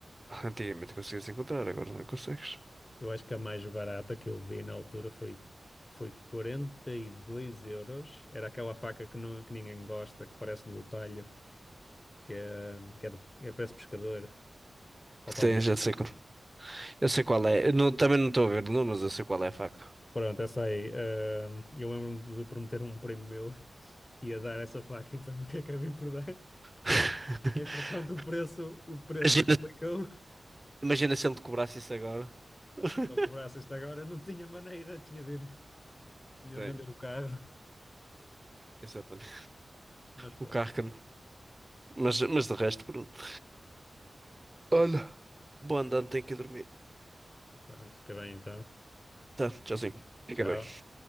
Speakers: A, on the right (about 20°); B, on the left (about 25°).
A: Ah, Antigamente conseguias encontrar, agora não consegues.
B: Eu acho que a mais barata que eu vi na altura foi, foi 42 euros. Era aquela faca que, não, que ninguém gosta, que parece do talho, que é, que é, de, é- parece pescador. Falta
A: Sim,
B: um nome.
A: já sei qual, eu sei qual é. Eu não- também não estou a ver o nome, mas eu sei qual é a faca.
B: Pronto, essa aí. ah, eu lembro-me de prometer a um primo meu <laughs> que ia dar essa faca e depois nunca acabei por dar.
A: <laughs>
B: Entretanto, o preço, o preço
A: Imagina,
B: triplicou. Se
A: imagina se ele te cobrasse isso agora. <laughs>
B: Ele cobrasse isto agora, não tinha maneira, tinha de ir, tinha
A: Tem,
B: de vender o carro.
A: exatamente.
B: Mas pronto,
A: O carro que Mas, mas de resto, pronto. Olha, boa andando, tenho que ir dormir.
B: pronto, fica bem então.
A: Tá, tchauzinho. Fica
B: Tchau.
A: bem.